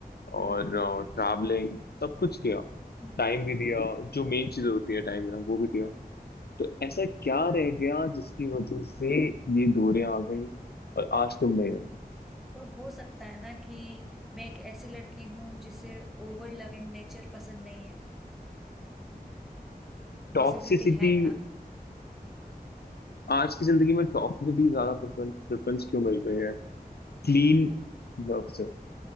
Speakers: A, in the centre; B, on the left.
A: हम्म,
B: और ट्रैवलिंग सब कुछ किया
A: हम्म।
B: टाइम भी दिया जो मेन चीज होती है टाइम देना वो भी दिया तो ऐसा क्या रह गया जिसकी वजह से ये दूरियां आ गई और आज तुम नहीं हो
A: तो हो सकता है ना कि मैं एक ऐसी लड़की हूँ जिसे ओवर लविंग नेचर पसंद नहीं है पॉसिबिलिटी
B: टॉक्सिसिटी
A: है ना
B: आज की जिंदगी में टॉक्सिसिटी ज्यादा प्रेफरेंस क्यों मिल रही है क्लीन लव से